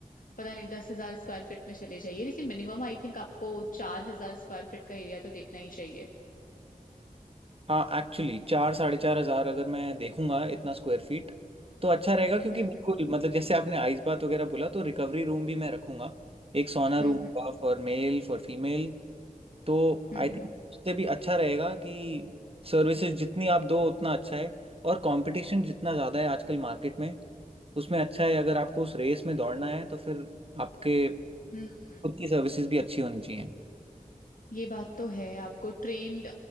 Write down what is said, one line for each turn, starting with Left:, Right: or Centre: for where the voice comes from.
Left: पता नहीं दस हजार स्क्वायर फीट में चले जाइए लेकिन मिनिमम आई थिंक आपको चार हजार स्क्वायर फीट का एरिया तो देखना ही चाहिए
Right: हाँ एक्चुअली चार साढ़े चार हजार अगर मैं देखूंगा इतना स्क्वायर फीट तो अच्छा रहेगा क्योंकि
Left: हम्म
Right: बिल्कुल मतलब जैसे आपने आइस बात वगैरह बोला तो रिकवरी रूम भी मैं रखूंगा एक सोना रूम
Left: हम्म
Right: होगा
Left: हम्म
Right: फॉर मेल फॉर फीमेल तो
Left: हम्म
Right: आई थिंक
Left: हम्म
Right: उससे भी अच्छा रहेगा कि सर्विसेज जितनी आप दो उतना अच्छा है और कंपटीशन जितना ज़्यादा है आजकल मार्केट में उसमें अच्छा है अगर आपको उस रेस में दौड़ना है तो फिर आपके
Left: हम्म हम्म,
Right: खुद की सर्विसेज भी अच्छी होनी चाहिए
Left: ये बात तो है आपको ट्रेन्ड